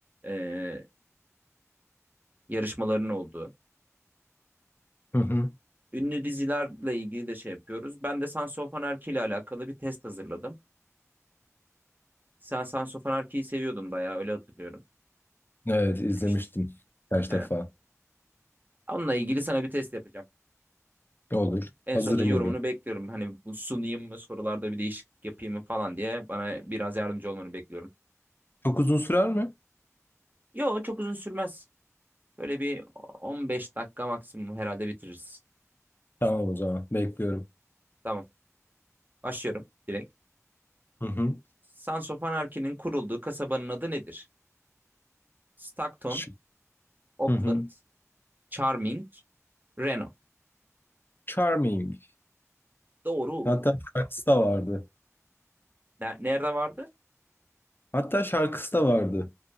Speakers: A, on the right; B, on the left.
A: e, yarışmaların olduğu.
B: Hı hı.
A: Ünlü dizilerle ilgili de şey yapıyoruz. Ben de Sons of Anarchy ile alakalı bir test hazırladım. Sen Sons of Anarchy'yi seviyordun bayağı öyle hatırlıyorum.
B: Evet izlemiştim
A: Demiştin.
B: kaç
A: Aynen.
B: defa.
A: Onunla ilgili sana bir test yapacağım.
B: Olur.
A: En
B: Hazırım
A: sonunda yorumunu
B: olur.
A: bekliyorum. Hani bu sunayım mı, sorularda bir değişiklik yapayım mı falan diye bana biraz yardımcı olmanı bekliyorum.
B: Çok uzun sürer mi?
A: Yo çok uzun sürmez. Böyle bir 15 dakika maksimum herhalde bitiririz.
B: Tamam o zaman bekliyorum.
A: Tamam. Başlıyorum direkt.
B: Hı hı.
A: Sons of Anarchy'nin kurulduğu kasabanın adı nedir? Stockton,
B: Ş-
A: Oakland,
B: Hı hı.
A: Charming, Reno.
B: Charming.
A: Doğru.
B: Hatta şarkısı da vardı.
A: Ne- Nerede vardı?
B: Hatta şarkısı da vardı.